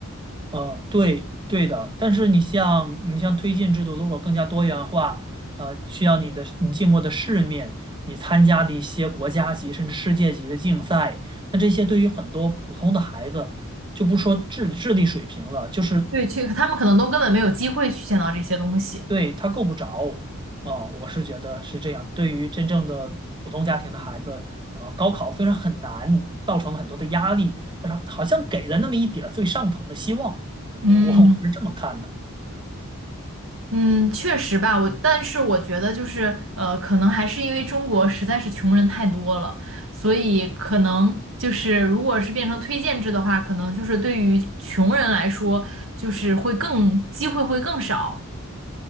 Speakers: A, on the right; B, on the right.
A: 呃，对对的，但是你像你像推荐制度，如果更加多元化，呃，需要你的你见过的世面，你参加的一些国家级甚至世界级的竞赛，那这些对于很多普通的孩子，就不说智智力水平了，就是
B: 对，去，他们可能都根本没有机会去见到这些东西。
A: 对他够不着啊，我是觉得是这样。对于真正的普通家庭的孩子，呃，高考虽然很难，造成了很多的压力，但是好像给了那么一点儿最上层的希望，我我我是这么看的。
B: 嗯。嗯，确实吧，我但是我觉得就是呃，可能还是因为中国实在是穷人太多了，所以可能就是如果是变成推荐制的话，可能就是对于穷人来说，就是会更机会会更少。